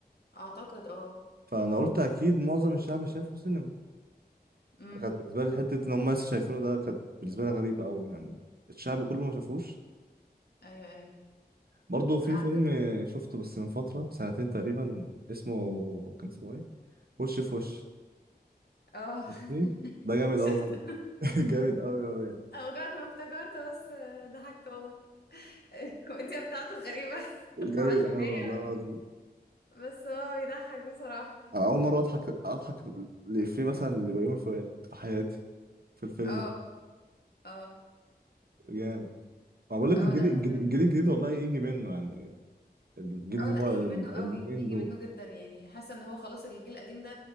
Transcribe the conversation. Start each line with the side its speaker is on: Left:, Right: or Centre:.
Left: اعتقد اه
Right: فانا قلت اكيد معظم الشعب شافه سينما
Left: امم
Right: كانت بالنسبه لي حته ان هم لسه شايفينه ده كانت بالنسبه لي غريبه قوي يعني الشعب كله ما شافوش
Left: ايوه ايوه
Right: برضه في
Left: على
Right: فيلم
Left: فكرة
Right: شفته بس من فتره سنتين تقريبا اسمه كان اسمه ايه وش في وش
Left: اه
Right: شفتيه ده جامد
Left: <laughs>
Right: قوي برضه.
Left: شفته
Right: <laughs> جامد قوي قوي يعني
Left: او جد ما افتكرت بس ضحكت والله الكوميديا بتاعته غريبة <laughs>
Right: جامد
Left: وعشوائية
Right: قوي والله العظيم
Left: بس بس هو بيضحك بصراحة
Right: انا اول مره اضحك اضحك لإفيه مثلا لبيومي فؤاد في حياتي في الفيلم
Left: اه
Right: ده.
Left: اه اه
Right: جامد ما بقول لك
Left: اه
Right: الجيل
Left: لا
Right: الجديد
Left: بس أنا-
Right: الجيل الجديد والله يجي منه يعني الجيل
Left: اه
Right: اللي
Left: لا
Right: هو
Left: يجي
Right: ال-
Left: منه
Right: اليومين
Left: قوي يجي
Right: دول
Left: منه جدا يعني حاسة ان هو خلاص الجيل القديم ده